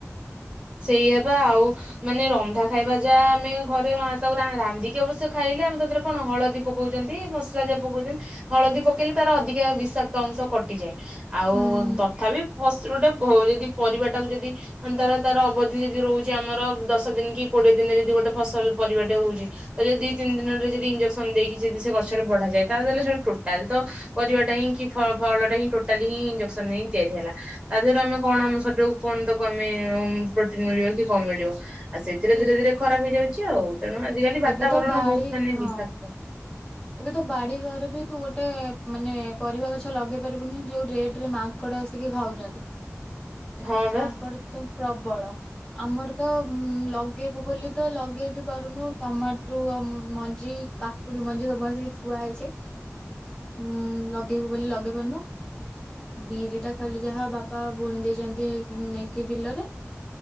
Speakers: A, on the right; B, on the left.
A: ସେଇଆପା ଆଉ ମାନେ ରନ୍ଧା ଖାଇବା ଯାହା ଆମେ ଘରେ ତାକୁ ରାନ୍ଧିକି ଅବଶ୍ୟ ଖାଇଲେ ଆମେ ତା ଦେହରୁ କଣ ହଳଦୀ ପକଉଚନ୍ତି ମସଲା ଯାହା ପକଉଚନ୍ତି ହଳଦୀ ପକେଇଲେ ତାର ଅଧିକା ବିଷାକ୍ତ ଅଂଶ କଟିଯାଏ। ଆଉ
B: ହୁଁ ହୁଁ
A: ତଥାପି ଫସ ଗୋଟେ ହ ଯଦି ପରିବାଟାକୁ ଯଦି ତାର ତାର ଅବଧି ଯଦି ରହୁଛି ଆମର ଦଶ ଦିନ କି କୋଡିଏ ଦିନ ଯଦି ଗୋଟେ ଫସଲ ପରିବାଟେ ହଉଚି ତ ଯଦି ଦି ତିନି ଦିନରେ ଯଦି ଇଞ୍ଜେକ୍ସନ ଦେଇକି ଯଦି ସେ ଗଛରେ ବଢାଯାଏ ତାହଲେ ସୋ ଟୋଟାଲ ତ ପରିବାଟା ହିଁ କି ଫଳଟା ହିଁ ଟୋଟାଲି ହିଁ ଇଞ୍ଜେକ୍ସନ ହିଁ ତିଆରି ହେଲା। ତା ଦେହରେ ଆମେ କଣ ଆମ ଶରୀର କୁ କଣ ତାକୁ ଆମେ ପ୍ରୋଟିନ ମିଳିବ କି କମ ମିଳିବ ଆଉ ସେଇଥିରେ
B: ଏ
A: ଧୀରେ ଧୀରେ ଖରାପ ହେଇଯାଉଛି ଆଉ। ତେଣୁ ଆଜିକାଲି ବାତାବରଣ
B: ଏବେ ତ ବାଡି
A: ବହୁତ ମାନେ
B: ହଁ
A: ବିଷାକ୍ତ।
B: ଏବେ ତ ବାଡି ଘରେ ବି ତୁ ଗୋଟେ ମାନେ ପରିବା ଗଛ ଲଗେଇ ପାରିବୁନି ଯୋଉ ରେଟରେ ମା ଙ୍କଡ଼ ଆସିକି ଖାଉଛନ୍ତି।
A: ହଁ ବା
B: ମାଙ୍କଡ ତ ପ୍ରବଳ ଆମର ତ ଲ ଲଗେଇ ବୁ ବୋଲିତ ଲଗେଇବି ପାରୁନୁ ଟମାଟ୍ରୁ ମଞ୍ଜି କାକୁଡି ମଞ୍ଜି ଭଲକି ଥୁଆ ହେଇଛି ଉ ଲଗେଇବୁ ବୋଲି ଲଗେଇବୁ ବୋଲି ଲଗେଇ ପାରୁନୁ। ବିରିଟା ଖାଲି ଯାହା ବାପା ବୁଣି ଦେଇଛନ୍ତି ନେଇକି ବିଲରେ।